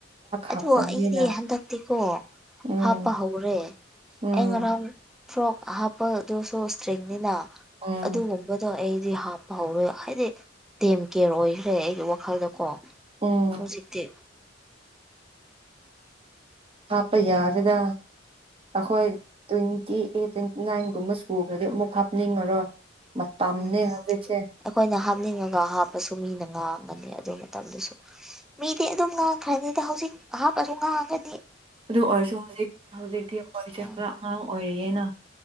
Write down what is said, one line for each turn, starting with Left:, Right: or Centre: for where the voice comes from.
Centre: ꯑꯣ
Right: ꯍꯥꯞꯇꯕꯅꯤꯅ
Centre: ꯑꯩꯗꯤ ꯍꯟꯗꯛꯇꯤꯀꯣ
Right: ꯎꯝ
Centre: ꯍꯥꯞꯄ ꯍꯧꯔꯦ
Right: ꯎꯝ
Centre: ꯑꯩ ꯉꯔꯥꯡ ꯐ꯭ꯔꯣꯛ ꯍꯥꯞꯄꯗꯨꯁꯨ ꯏꯁꯇ꯭ꯔꯤꯡꯅꯤꯅ
Right: ꯎꯝ
Centre: ꯑꯗꯨꯒꯨꯝꯕꯗꯣ ꯑꯩ ꯍꯥꯞꯄ ꯍꯧꯔꯣꯏ ꯍꯥꯏꯗꯤ ꯗꯦꯝ ꯀꯦꯔ ꯑꯣꯏꯈ꯭ꯔꯦ ꯑꯩꯒꯤ ꯋꯥꯈꯜꯗꯀꯣ
Right: ꯎꯝ
Centre: ꯍꯧꯖꯤꯛꯇꯤ
Right: ꯍꯥꯞꯄ ꯌꯥꯔꯦꯗ ꯑꯩꯈꯣꯏ ꯇꯨꯏ ꯑꯩ ꯅꯥꯏꯟꯒꯨꯝꯕ ꯁꯨꯈ꯭ꯔꯗꯤ ꯑꯃꯨꯛ ꯍꯥꯞꯅꯤꯡꯉꯔꯣꯏ ꯃꯇꯝꯅꯦ
Centre: ꯎꯝ
Right: ꯍꯧꯖꯤꯛꯁꯦ
Centre: ꯑꯩꯈꯣꯏꯅ ꯍꯥꯞꯅꯤꯡꯉꯒ ꯍꯥꯞꯄꯁꯨ ꯃꯤꯅ ꯉꯥꯡ ꯉꯥꯡꯒꯅꯤ ꯑꯗꯨ ꯃꯇꯝꯗꯨꯁꯨ ꯃꯤꯗꯤ ꯑꯗꯨꯝ ꯉꯥꯡꯈ꯭ꯔꯅꯤꯗ ꯍꯧꯖꯤꯛ ꯑꯍꯥꯞꯄꯁꯨ ꯉꯥꯡꯉꯒꯅꯤ
Right: ꯑꯗꯨ ꯑꯣꯏꯔꯁꯨ ꯍꯧꯖꯤꯛ ꯍꯧꯖꯤꯛꯇꯤ ꯑꯩꯈꯣꯏꯁꯦ
Centre: ꯎꯝ
Right: ꯈꯔ ꯑꯉꯥꯡ ꯑꯣꯏꯔꯤꯌꯦꯅ